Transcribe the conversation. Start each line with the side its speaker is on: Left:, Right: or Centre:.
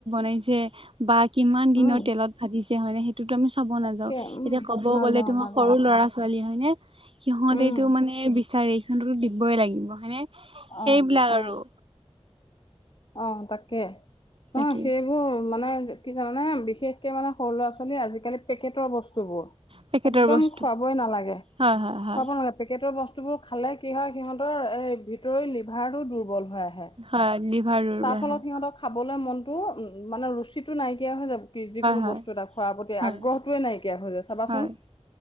Right: নাইছে বা কিমান দিনৰ
Left: উম
Right: তেলত ভাজিছে হয় নে সেই টো আমি চাব নাযাও
Left: তাকে উম
Right: এতিয়া ক'ব
Left: নাযাও
Right: গ'লে তোমাৰ
Left: নাযাও
Right: সৰু ল'ৰা ছোৱালী হয়নে সিহঁতেটো
Left: উম
Right: মানে বিচাৰে সিহঁতটোতো দিবই লাগিব হয়েনে
Left: অ
Right: সেইবিলাক
Left: অ
Right: আৰু
Left: অ তাকে নহয়
Right: তাকে
Left: সেইবোৰ মানে কি জানানে বিশেষকে মানে সৰু ল'ৰা ছোৱালী আজিকালি পেকেটৰ বস্তু বোৰ
Right: পেকেটৰ
Left: একদম
Right: বস্তু
Left: খোৱাবই নালাগে
Right: হয় হয় হয়
Left: খুৱাব নালাগে পেকেটৰ বস্ বস্তুবোৰ খালে কি হয় সিহঁতৰ এই ভিতৰৰ লিভাৰটো দুৰ্বল হৈ আহে
Right: হয় লিভাৰ দুৰ্বল
Left: তাৰ ফলত
Right: হয়
Left: সিহঁতক খাবলৈ মনটো উম মানে ৰুচিটো নাইকিয়া হৈ যাব যিকোনো
Right: হয়
Left: বস্তু এটা খোৱাৰ প্ৰতি
Right: হয়
Left: আগ্ৰহটোৱে নাইকিয়া হৈ যায় চাবাচোন
Right: হয়